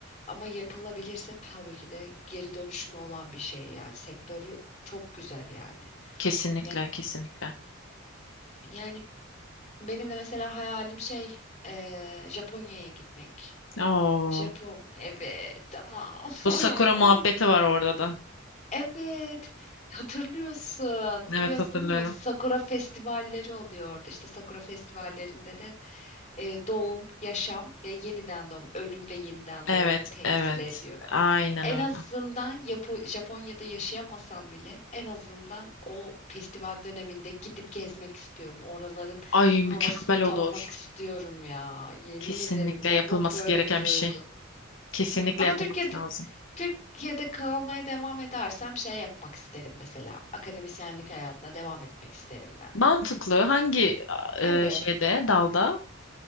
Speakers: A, on the left (about 35°); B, on the left (about 65°).
A: Ama yapılabilirse tabii ki de geri dönüşümü olan bir şey yani sektörü çok güzel yani.
B: Kesinlikle
A: Yani,
B: kesinlikle.
A: yani benim de mesela hayalim şey ee, Japonya'ya gitmek.
B: Oo,
A: Japon evet tamam
B: bu
A: <laughs>
B: Sakura muhabbeti
A: olmadı
B: var orada da.
A: Evet, hatırlıyorsun.
B: Evet
A: Biliyorsun
B: hatırlıyorum.
A: değil mi? Ama Sakura festivalleri oluyor orada. İşte Sakura festivallerinde de e, doğum, yaşam ve yeniden doğum, ölüm ve yeniden
B: Evet
A: doğumu temsil
B: evet.
A: ediyor.
B: Aynen
A: En
B: öyle.
A: azından Yapo- Japonya'da yaşayamasam bile en azından o festival döneminde gidip gezmek istiyorum. Oraların
B: Ay
A: havasını
B: mükemmel
A: tatmak
B: olur.
A: istiyorum ya. Yemin
B: Kesinlikle
A: ederim ya.
B: yapılması
A: Yok böyle
B: gereken
A: bir duygu.
B: bir şey. Kesinlikle
A: Ama
B: yapılması
A: Türkiye'de
B: lazım.
A: Türkiye'de kalmaya devam edersem şey yapmak isterim mesela. Akademisyenlik hayatına devam etmek isterim ben
B: Mantıklı.
A: de.
B: Hangi
A: Evet.
B: e, şeyde, dalda?